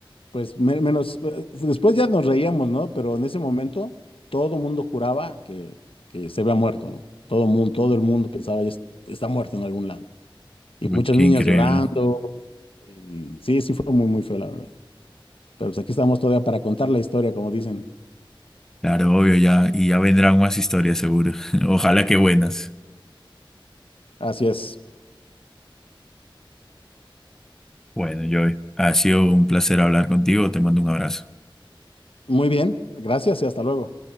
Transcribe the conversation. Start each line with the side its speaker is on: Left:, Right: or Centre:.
Left: pues me- menos, eh, después ya nos reíamos, ¿no? Pero en ese momento todo mundo juraba que, que se había muerto, ¿no? Todo mundo, todo el mundo pensaba, "Ya es- está muerto en algún lado.
Centre: <laughs>
Left: Y
Centre: Uy,
Left: muchas
Centre: qué
Left: niñas
Centre: increíble.
Left: llorando. Y sí, sí fue muy, muy feo, la verdad. Pero pues aquí estamos todavía para contar la historia, como dicen.
Centre: Claro, obvio, ya, y ya vendrán más historias, seguro. <laughs> Ojalá que buenas.
Left: Así es.
Centre: Bueno, Joey, ha sido un placer hablar contigo, te mando un abrazo.
Left: Muy bien, gracias y hasta luego.